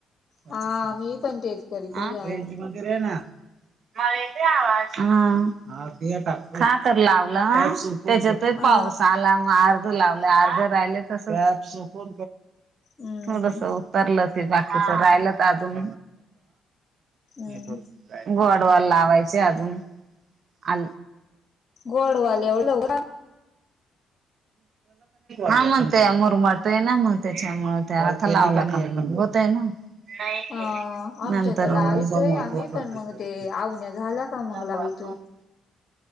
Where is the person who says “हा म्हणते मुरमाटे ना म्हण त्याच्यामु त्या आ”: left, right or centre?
Right